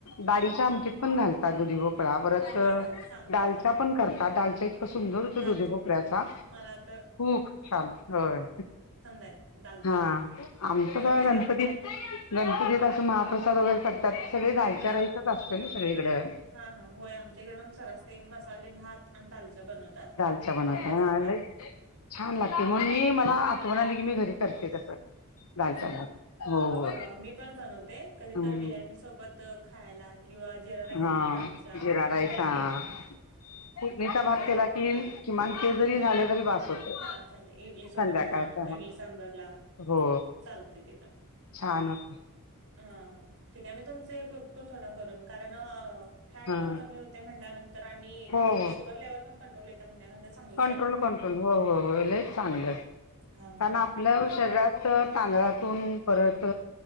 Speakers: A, on the left; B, on the right.
A: दाळीच्या आमटीत पण घालाटा दुधी, भोप पळा परत
B: होय होय
A: अ
B: घालते सांबर
A: डालच्या
B: म्हणे
A: पण करतात डालच्या इतकां सुंदर होतो
B: दालच्या
A: दुधी भोपळ्याचा.
B: मला आता
A: खूप छान होय
B: आहे दालच्या.
A: हा आमचं
B: दालच्या
A: तर गणपती गणपतीत असं महाप्रसाद वगैरे करतात सगळे दालचा
B: हा
A: राईसच असत ना सगळीकडे.
B: हा हा होय आमच्याकडे पण सरास ते मसाले भात आणि दालचा बनवतात.
A: दालचा बनवतात
B: महाप्रसादला
A: हा लय छान लागते म्हणून मी मला आठवण आली की मी घरी करते तसं. दालच्या
B: हो
A: भात
B: ना
A: हो हो
B: अ मी पण बनवते कधी
A: हम्म
B: तर बिर्याणी सोबत खायला. किंवा जिरा राईस
A: हा
B: आणि ते दालच्या
A: जिरा राईस हा. फोडणीचा भात
B: जरा
A: केला कि किमान ते जरी झाले तरी बास होतय
B: हा चालेल इडली सोबत
A: संध्याकाळ.
B: म्हणा इडली सांबारला
A: हो.
B: चालते ते पण.
A: छान होते.
B: हा हा ठीक आहे मी तुमचे बघतो सोडा करून कारण अ फॅट
A: हा
B: कमी होते म्हणल्यानंतर आणिअ
A: हो हो
B: इ शुगर लेव्हल पण कंट्रोल येते म्हणल्यानंतर चांगलंच
A: कंट्रोल
B: आहे ना
A: कंट्रोल हो हो लय चांगलं
B: हा
A: कारण
B: हा
A: आपलं
B: दुध
A: शरीरात तर तांदळातून परत